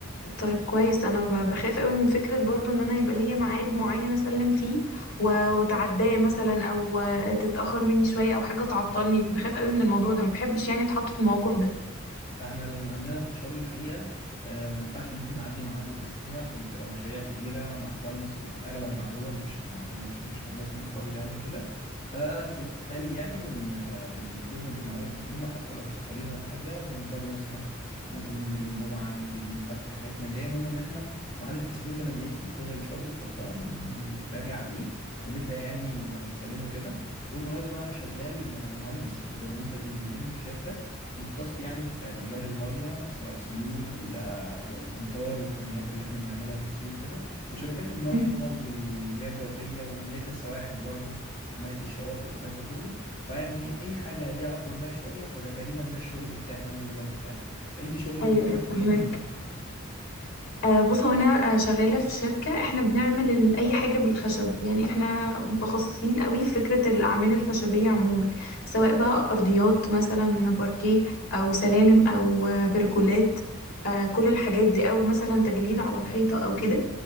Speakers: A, on the left; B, on the left.
A: طيب كويس انا ب- بخاف قوي من فكره برضو ان انا يبقى ليا ميعاد معين اسلم فيه و- واتعداه مثلا او آه، تتاخر مني شويه او حاجه تعطلني بخاف قوي من الموضوع ده ما بحبش يعني اتحط في الموقف ده
B: ده احنا اللي عندنا في الشغل الحقيقة آه، ما ينفعش ان احنا نعدي معاد التسليم عشان بتبقى مشاريع كبيرة مع كلاينتس وفي الاغلب مع دول مش مع ناس مش مع ناس منفردة يعني وكده ففي الغالب يعني بن آه، بنلتزم بميعاد التسليمة حتى لو متأخرين على حاجة بنضطر نسهر ممكن ننزل يوم جمعة ننزل يوم سبت حاجات من ده المهم ان احنا ميعاد التسليم لما يجي يكون الشغل خلصان ومتراجع عليه ونبدأ يعني بنسلمه كده بالمناسبة أنا شغال مهندس environmental engineering في شركة مختص يعني بمجال المية سواء سيول آه، والأمطار والحمايات اللي احنا بنعملها للسيول وكده وشبكات المية
A: امم
B: والمياه الجوفية ومياه السواحل برضو وحماية الشواطئ والكلام ده كله فيعني أي حاجة ليها علاقة بالمية شوية فده تقريبا ده الشغل بتاعي يعني المجال بتاعي أنت شغلك
A: ايوه
B: مجال
A: ايوه فهمك
B: إيه مثلا؟
A: آه، بص هو انا آه، شغاله في شركه احنا بنعمل ال- اي حاجه بالخشب يعني احنا متخصصين قوي في فكره الاعمال الخشبيه عموما سواء بقى ارضيات مثلا باركيه او سلالم او آه، بركولات آه، كل الحاجات دي او مثلا تجليد على الحيطه او كده